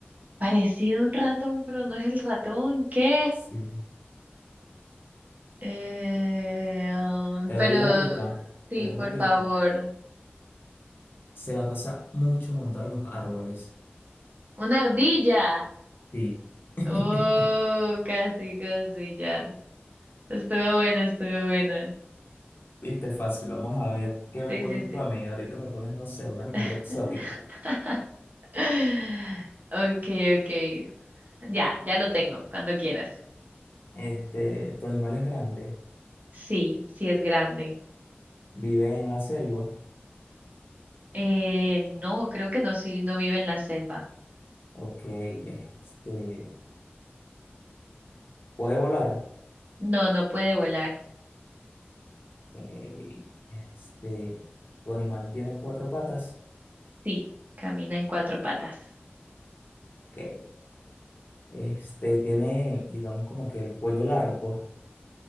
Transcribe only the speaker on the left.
Sí.
Te
doy una pista,
te doy
una pista.
Se la pasa mucho montado en los árboles.
Sí. <laughs>
Viste, fácil. Vamos a ver qué me
pones
tú a mí. Ahorita me pones, no sé, un
animal exótico.
Este, tu animal es grande,
vive en la selva.
Ok, este, puede volar.
Ok, este, tu animal tiene cuatro patas.
Ok, este, tiene, digamos, como que el cuello largo.